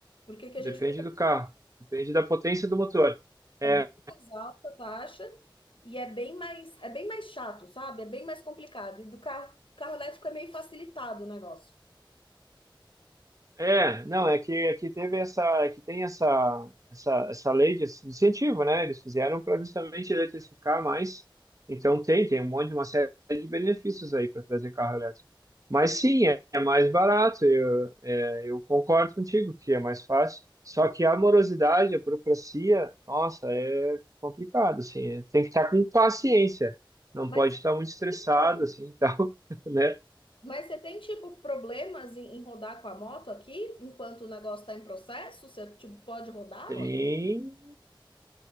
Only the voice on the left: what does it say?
porque que que
a gente
É bem mais alta a taxa e é bem mais, é bem mais chato, sabe? É bem mais complicado. E do carro, carro elétrico é meio facilitado o negócio.
Mas,
tipo,
mas você tem, tipo, problemas em, em rodar com a moto aqui, enquanto o negócio está em processo? Você, tipo, pode rodar
ou não